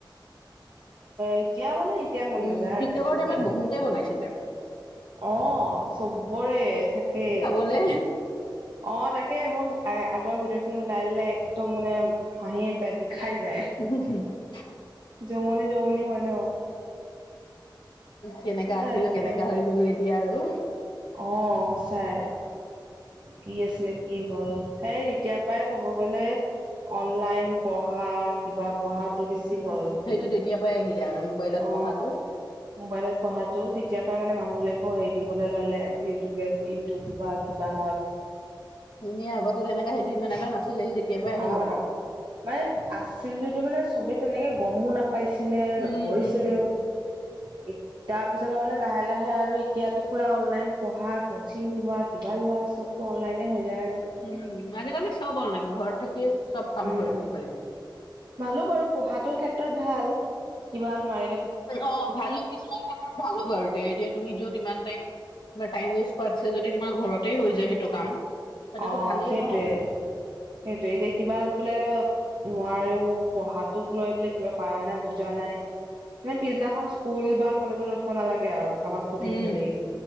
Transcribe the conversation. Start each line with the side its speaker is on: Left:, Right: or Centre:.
Right: এতিয়া মানে এতিয়া মন
Left: উম
Right: নাযায়
Left: টিকটকৰ
Right: আৰু কবলে
Left: টাইমত বহুতে বনাইছিলে
Right: অ চবৰে থাকে।
Left: বোলে
Right: অ তাকে মই আগৰ ভিডিঅখিনি ওলাই ললে, একদম মানে হাঁহি হাঁহি পেট বিষাই যায়।
Left: <unintelligible>
Right: জমনি জমনি হয় ন।
Left: কেনেকা
Right: তাকে
Left: আছিলো, কেনেকা হৈ গলো এতিয়া আৰু।
Right: অ সঁচাই। কি আছিলে কি হল, সেই তেতিয়াৰ পৰাই কব গ'লে অনলাইন পঢ়া, কিবা পঢ়াটো বেছি হ'ল।
Left: হে তেতিয়া পৰাই আহিলে আৰু মোবাইলত
Right: অ
Left: পঢ়াটো
Right: মোবাইলত পঢ়াটো তেতিয়াৰ পৰা মানে মানুহবলাকেও হেৰি দিবলৈ ললে ইউটিউবে ইউটিউব বা কিবা হওক হয়
Left: এনে আগতে তেনেকা সেইটো ইমান এাৰ নাছিলে সি তেতিয়াৰ পৰা আহি
Right: অ
Left: গ'ল আৰু
Right: মানে আছিল যদিটো মানে চবে তেনেকে গমো নাপাইছিলে ন
Left: উম উম
Right: এ তাৰ পিছত মানে লাহে লাহে আৰু এতিয়াতো পুৰা অনলাইন পঢ়া কচিং হোৱা কিবা লোৱা চব টো অনলাইনে হৈ যায় আৰু
Left: উ আজিকালি চব অনলাইন ঘৰত থাকিয়ে চব
Right: আৰু
Left: কাম কৰিব পাৰিম
Right: ভালো বাৰু পঢ়াটো ক্ষেত্ৰত ভাল কিবা নোৱাৰি
Left: অ‌ ভাল ভালো বাৰু তে এতিয়া তুমি যত ইমান টাইম টাইম ৱেষ্ট কৰাছে যদি তোমাৰ ঘৰতেই হৈ যায় সেইটো কাম সেইটোতো
Right: অ
Left: ভালেই
Right: সেইটোৱে
Left: ন।
Right: সেইটো এতিয়া কিবা বোলে নোৱাৰেও পঢ়াটোক লৈ বোলে কিবা পাৰা নাই বুজা নাই মানে পিছদিনাখন স্কুল বা কলেজত ৰখিব নালাগে আৰু কাৰোবাক সুধিম
Left: উম
Right: বুলি